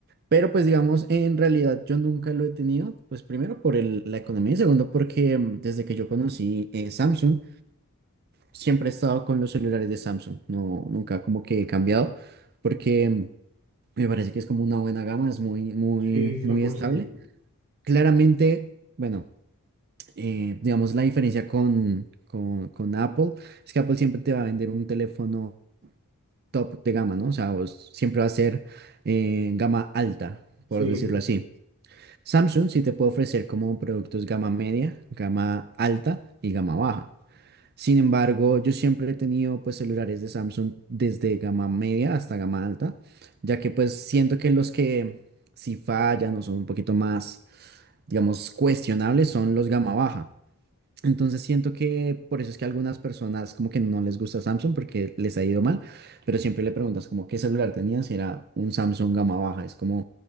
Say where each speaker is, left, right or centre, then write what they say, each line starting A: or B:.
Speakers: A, on the right; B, on the right.
A: pero pues digamos, en realidad yo nunca lo he tenido, pues primero por el- la economía y segundo porque mm, desde que yo conocí eh, Samsung, siempre he estado con los celulares de Samsung, no, nunca como que he cambiado, porque... mm, Me parece que es como una buena gama, es muy, muy,
B: Sí, 100%.
A: muy estable. Claramente, bueno, eh, digamos la diferencia con, con, con Apple es que Apple siempre te va a vender un teléfono top de gama, ¿no? O sea, vos siempre va a ser eh, gama alta, por
B: Sí,
A: decirlo así. Samsung sí te puede ofrecer como productos gama media, gama alta y gama baja. Sin embargo, yo siempre he tenido pues celulares de Samsung desde gama media hasta gama alta, ya que pues siento que los que si fallan o son un poquito más, digamos, cuestionables son los gama baja. Entonces siento que por eso es que a algunas personas como que no les gusta Samsung porque les ha ido mal, pero siempre le preguntas como qué celular tenías y era un Samsung gama baja, es como,